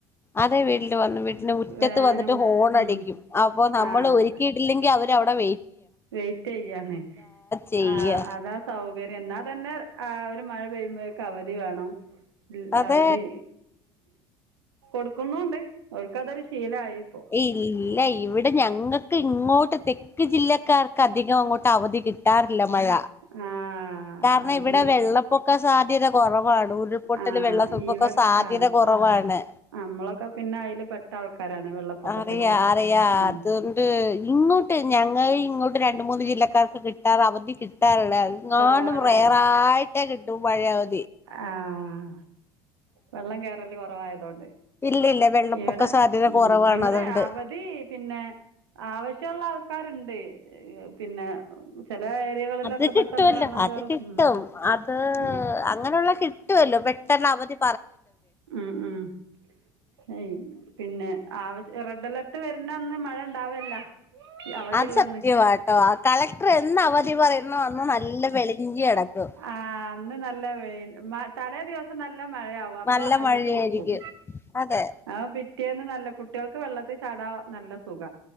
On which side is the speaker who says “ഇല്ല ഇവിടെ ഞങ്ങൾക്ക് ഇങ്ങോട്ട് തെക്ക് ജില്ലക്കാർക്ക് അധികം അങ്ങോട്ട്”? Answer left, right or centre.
Left